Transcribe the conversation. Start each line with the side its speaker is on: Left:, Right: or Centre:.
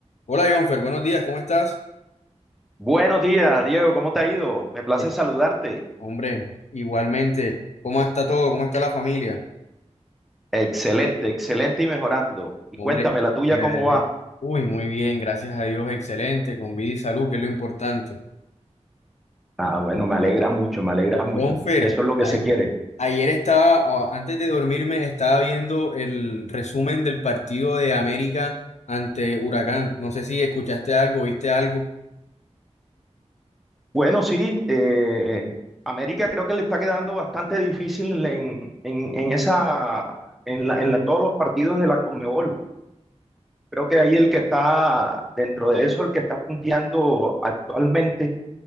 Left: Hola, Jonfer, buenos días, ¿cómo estás?
Centre: Buenos días, Diego, ¿cómo te ha ido? Me place
Left: Eh,
Centre: saludarte.
Left: Hombre, igualmente, ¿cómo está todo? ¿Cómo está la familia?
Centre: Excelente, excelente y mejorando. Y
Left: Hombre,
Centre: cuéntame, la tuya,
Left: ya,
Centre: ¿cómo
Left: el-
Centre: va?
Left: uy, muy bien, gracias a Dios, excelente, con vida y salud, que es lo importante.
Centre: Ah, bueno, me alegra mucho, me alegra mucho.
Left: Jonfer,
Centre: Eso es lo que
Left: ay-
Centre: se quiere.
Left: ayer estaba, ah, antes de dormirme, estaba viendo el resumen del partido de América ante Huracán. No sé si escuchaste algo, viste algo.
Centre: Bueno, sí, eh, América creo que le está quedando bastante difícil en, en, en esa, en la, en la- todos los partidos de la Conmebol. Creo que ahí el que está dentro de eso, el que está punteando actualmente,